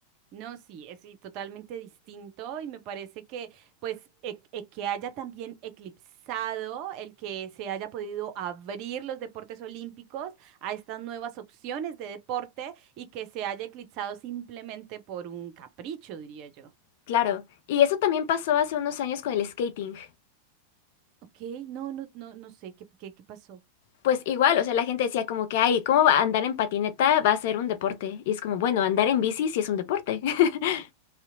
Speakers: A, on the right; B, on the left.
A: No, sí, es sí, totalmente distinto y me parece que pues e- e- que haya también eclipsado el que se haya podido abrir los deportes olímpicos a estas nuevas opciones de deporte y que se haya eclipsado simplemente por un capricho, diría yo.
B: Claro. Y eso también pasó hace unos años con el skating.
A: Ok, no, no, no, no sé qué, qué, qué pasó.
B: Pues igual, o sea, la gente decía como que, ay, ¿cómo va a andar en patineta va a ser un deporte? Y es como, bueno, andar en bici sí es un deporte. <laughs>